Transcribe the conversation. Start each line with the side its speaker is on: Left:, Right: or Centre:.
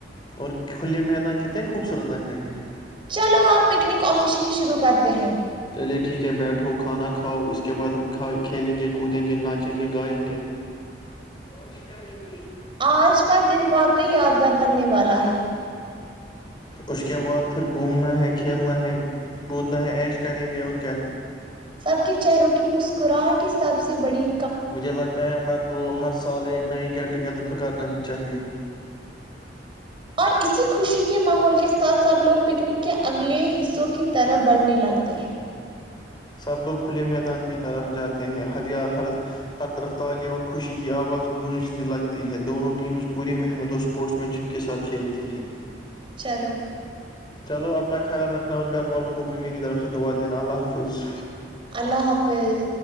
Left: اور کھلے میدان کتنے خوبصورت لگ رہے ہیں
Right: چلو آپ پکنک آفیشلی شروع کرتے ہیں
Left: چلیے ٹھیک ہے بیٹھو کھانا کھاؤ اس کے بعد ہم کھ کھیلیں گے کودیں گے ناچیں گے گائیں گے موچ کریں گے
Right: آج کا دن واقع یادگار بننے والا ہے
Left: اس کے بعد پھر گھومنا ہے کھیلنا ہے کودنا ہے عیش کریں گے اور کیا
Right: سب کے چہروں کی مسکراہٹ ہی سب سے بڑی
Left: مجھے لگتا ہے ہر رو ہر سال ایک نہ ایک گیٹ ٹوگیدر تو کرنا ہی چاہیے
Right: اور اسی خوشی کے ماحول کے ساتھ سب لوگ پکنک کے اگلے حصوں کی طرف بڑھنے لگتے ہیں
Left: سب لوگ کھلے میدان کی طرف جاتے ہیں ہر یا ہر ہر طرف تالیا اور خوشی کی آواز گونجتی لگتی ہے دونوں ٹیمز پوری محنت اور اسپورٹس مین شپ کے ساتھ کھیلتی ہیں
Right: چلو
Left: چلو اپنا خیال رکھنا اور گھر والوں کو بھی میری طرف سے دعا دینا اللہ حافظ
Right: اللہ حافظ